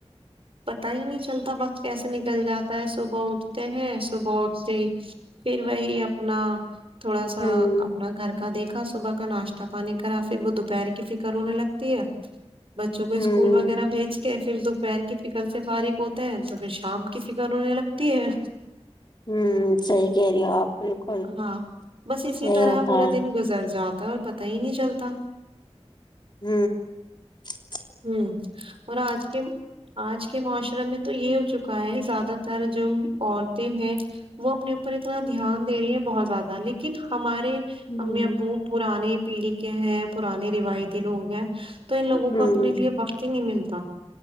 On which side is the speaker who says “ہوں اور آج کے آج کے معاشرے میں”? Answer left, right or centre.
Right